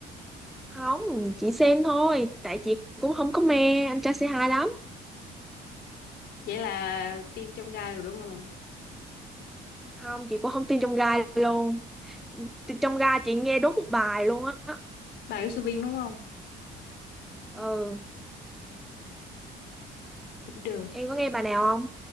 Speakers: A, in the centre; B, on the left (about 75°).
A: Không, chị xem thôi. Tại chị cũng không có mê anh trai c hai lắm.
B: vậy là team trong gai rồi đúng không
A: Không, chị cũng không tin trong gai luôn. Ti- Trong gai chị nghe đúng một bài luôn á.
B: bà của Subin đúng không
A: Ừ,
B: cũng được
A: em có nghe bài nào không?